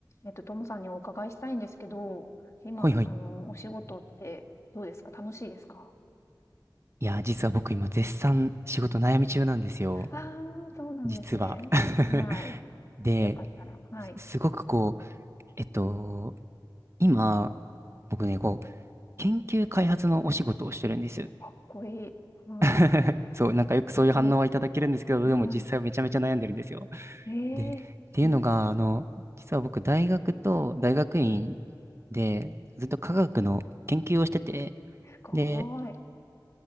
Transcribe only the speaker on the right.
ほいほい。
いや、実は僕今絶賛仕事悩み中なんですよ。
実は。<laughs>
で、
すごくこう、えっと、今、僕ね、こう、研究開発のお仕事をしてるんです。
<laughs> そう、なんかよくそういう反応はいただけるんですけど、
でも実際はめちゃめちゃ悩んでるんですよ。
で、っていうのが、あの、実は僕大学と大学院でずっと科学の研究をしてて、
で、